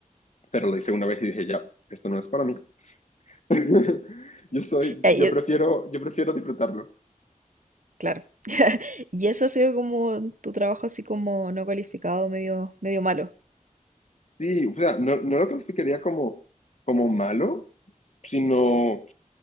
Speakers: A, on the left (about 60°); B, on the right (about 70°).
A: pero lo hice una vez y dije, ya, esto no es para mí. <laughs> Yo soy,
B: Y ahí
A: yo
B: es-
A: prefiero, yo prefiero disfrutarlo.
B: claro. <laughs> Y eso ha sido como tu trabajo así como no cualificado, medio, medio malo.
A: Sí, o sea, no, no lo clasificaría como, como malo, sino,